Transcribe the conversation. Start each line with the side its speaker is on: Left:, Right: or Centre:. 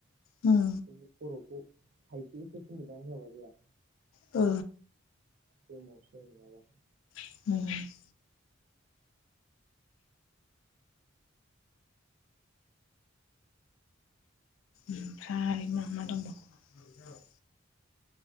Left: उम
Right: बिनि खर'खौ। हायसेसे थनिद जाबा गाया।
Left: औ।
Right: <unintelligible> नङाबा।
Left: औ । ओमफ्राय मा-मा दंबावगो?